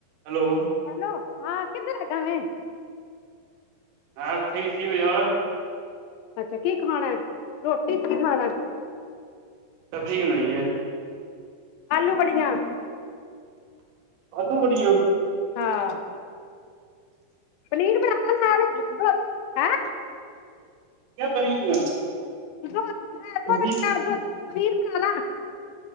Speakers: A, on the right; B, on the left.
A: Hello
B: hello ਹਾਂ ਕਿੱਧਰ ਰਹਿਗਾ ਮੈਂ
A: ਹਾਂ ਈ ਸੀ ਬ ਯਰ
B: ਅੱਛਾ ਕੀ ਖਾਣਾ ਹੈ ਰੋਟੀ ਚ ਕੀ ਖਾਣਾ
A: ਸਬਜ਼ੀ ਕਿ ਬਣਾਈ ਹੈ
B: ਆਲੂ ਵੜੀਆਂ
A: ਵਾਧੂ ਬੜੀਆਂ
B: ਹਾਂ ਪਨੀਰ ਬਣਾਣਾ ਨਾਲ ਹੈ
A: ਕਿ ਕਰਆਂ
B: <unintelligible>
A: ਕਿਉਂਕਿ
B: ਪਿਆਜ ਦੁੱਧ ਪਨੀਰ ਬਣਾ ਲਾ